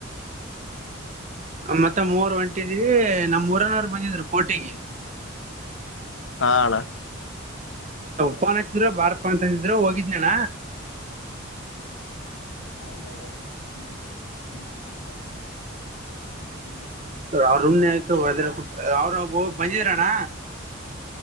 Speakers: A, on the right; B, on the left.
A: ಮತ್ತೆ ಮೂರ್ ಒಂಟಿದ್ವಿ ನಮ್ ಊರನರು ಬಂದಿದ್ರು. ಕೋಟಿಗೆ
B: ಹಾ ಅಣ್ಣ
A: ಫೋನ್ ಹಾಚ್ಚಿದ್ರು ಬಾರಪ್ಪ ಅಂತ ಅಂದಿದ್ರರು ಹೋಗಿದ್ನಣ್ಣ.
B: <inaudible>
A: ಅವ್ರೂಮ್ <unintelligible> ಅವ್ರವು ಬಂದಿದ್ರಣ್ಣ.